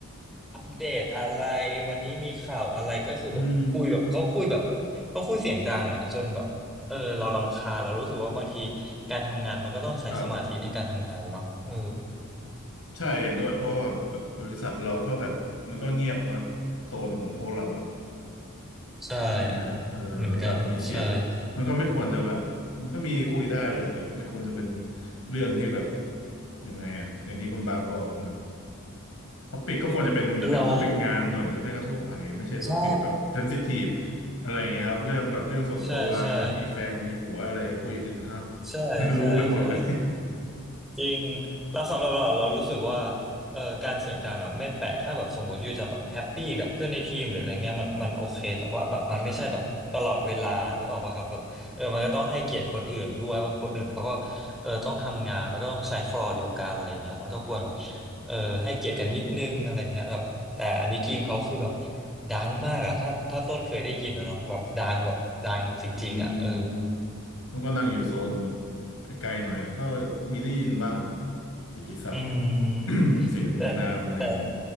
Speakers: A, in the centre; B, on the left (about 70°).
A: อัปเดตอะไรวันนี้มีข่าวอะไรก็คือแบบคุยแบบเขาคุยแบบเขาคุยเสียงดังอะจนแบบเออเรารำคาญเรารู้สึกว่าบางที
B: อืม
A: การทำงานมันก็ต้องใช้สมาธิในการทำงานเนาะเออ
B: ครับใช่เห็นด้วยเพราะว่าแบบบริษัทเราก็แบบมันก็เงียบกว่าโซนของพวกเราอะ
A: ใช่
B: ใช่ไหมเออแล้วแบบมีเสียงมันก็ไม่ควรจะแบบมันก็มีคุยได้แหละแต่แบบไม่ควรจะเป็น
A: เหมือนกันใช่
B: เรื่องที่แบบยังไงอะอย่างที่คุณบาสบอกแบบท็อปิกก็ควรจะเป็นเป็นท็อปิกงานหน่อยหรือไม่ก็ทั่วไปไม่ใช่ท็อปิกแบบเซนซิทีฟ
A: เราใช่
B: อะไรอย่างเงี้ยครับเรื่องแบบเรื่องส่วนตัวอะไรเงี้ยมีแฟนมีผัวอะไรคุยกันอ่ะ
A: ใช่ใช่ใช่ใช่ใช่
B: <laughs> รู้ไปหมดเลย
A: จริงแล้วสำหรับเราเรารู้สึกว่าเอ่อการเสียงดังอ่ะไม่แปลกถ้าแบบสมมติอยู่จะแบบแฮปปี้กับเพื่อนในทีมหรืออะไรเงี้ยมันมันโอเคแต่ว่าแบบมันไม่ใช่แบบตลอดเวลานึกออกปะครับแบบเออมันก็ต้องให้เกียรติคนอื่นด้วยว่าคนอื่นเขาก็
B: <laughs> ใช่
A: เออต้องทำงานแล้วก็ต้องใช้ฟลอร์เดียวกันอะไรเงี้ยมันก็ควรแบบเออให้เกียรติกันนิดนึงอะไรเงี้ยครับแต่อันนี้ทีมเขาคือแบบดังมากอ่ะถ้าถ้าต้นเคยได้ยินอะเนาะแบบดังแบบดังจริงๆอ่ะเออ
B: อืมมันก็นั่งอยู่โซนแบบไกลๆหน่อยอ่ะก็มีได้ยินบ้างครับกิตติศักดิ์
A: อืมแต่
B: <coughs> <clears throat> เสียงเรียงนามอะไรอย่างนี้
A: แต่